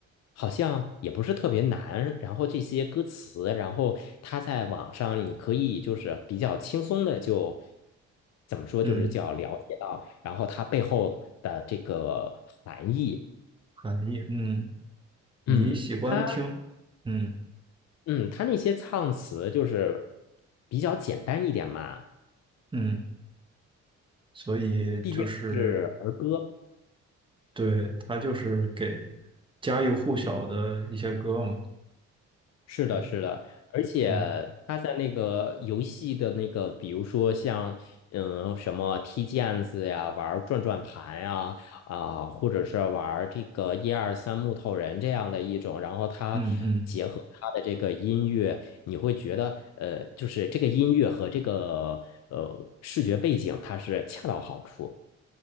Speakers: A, on the left; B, on the right.
A: 好像也不是特别难。然后这些歌词，然后它在网上你可以就是比较轻松的就怎么说，
B: 嗯，
A: 就是叫了解到，然后它背后的这个含义。
B: 含义嗯。你喜欢听，
A: 嗯，它
B: 嗯
A: 嗯，它那些唱词就是比较简单一点嘛，
B: 嗯，所以就是
A: 毕竟是儿歌。
B: 对他就是给家喻户晓的一些歌嘛，
A: 是的，
B: 对，
A: 是的，而且
B: 嗯
A: 他在那个游戏的那个，比如说像嗯什么踢毽子呀，玩转转盘呀，啊，或者是玩这个一二三木头人这样的一种，然后他结合他的这个音乐，
B: 嗯嗯
A: 你会觉得呃，就是这个音乐和这个呃视觉背景，它是恰到好处。